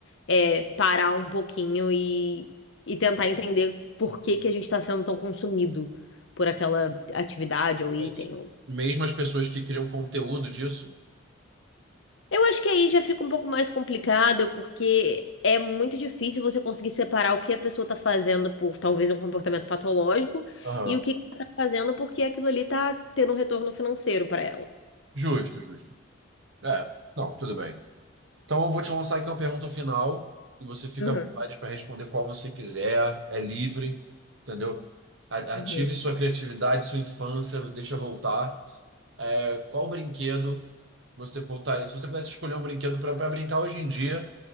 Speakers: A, on the left; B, on the right.
A: é, parar um pouquinho e, e tentar entender por que que a gente está sendo tão consumido por aquela atividade ou item.
B: Mas mesmo as pessoas que criam conteúdo disso.
A: Eu acho que aí já fica um pouco mais complicado, porque é muito difícil você conseguir separar o que a pessoa está fazendo por talvez um comportamento patológico
B: Aham.
A: e o que que ela está fazendo porque aquilo ali está tendo um retorno financeiro para ela.
B: Justo, justo. É, não, tudo bem. Então, eu vou te lançar aqui uma pergunta final e você fica
A: Uhum,
B: à vontade para responder qual você quiser, é livre, entendeu? A-
A: uhum.
B: Ative sua criatividade, sua infância, deixa voltar. É, qual brinquedo você voltar? Se você pudesse escolher um brinquedo para brincar hoje em dia